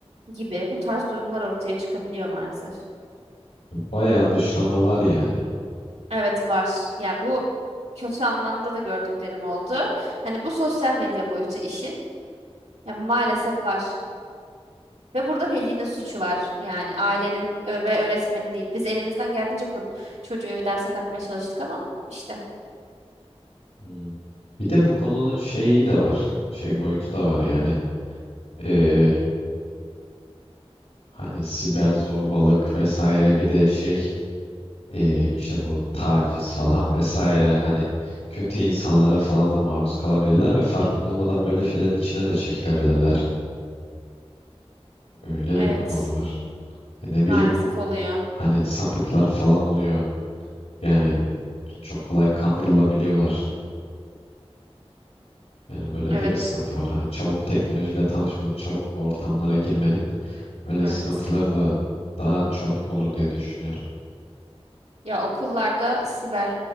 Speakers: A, on the right (about 80°); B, on the left (about 80°).
A: gibi. Bu tarz durumlar ortaya çıkabiliyor maalesef.
B: Bayağı dışlama var yani.
A: Evet var. Ya bu kötü anlamda da gördüklerim oldu. Hani bu sosyal medya boyutu işin. Ya maalesef var. Ve burada velinin suçu var. Yani ailenin ö, ve öğretmenin değil. Biz elimizden geldiğince ko- çocuğu derse katmaya çalıştık ama işte.
B: Hmm. Bir de bu konunun şeyi de var. Şey boyutu da var yani. Ee, hani siber zorbalık vesaire bir de şey ee, işte bu taciz falan vesaire hani kötü insanlara falan da maruz kalabilirler ve farkında olmadan böyle şeylerin içine de çekilebilirler. Öyle
A: Evet.
B: de bir konu var. E ne
A: Maalesef
B: bileyim
A: oluyor.
B: hani sapıklar falan oluyor. Yani çok kolay kandırılabiliyorlar. Yani böyle
A: Evet,
B: de bir sıkıntı var. Hani çabuk teknolojiyle tanışmanın, çabuk bu ortamlara girmenin böyle
A: evet.
B: sıkıntıları da daha çabuk olur diye düşünüyorum.
A: Ya okullarda siber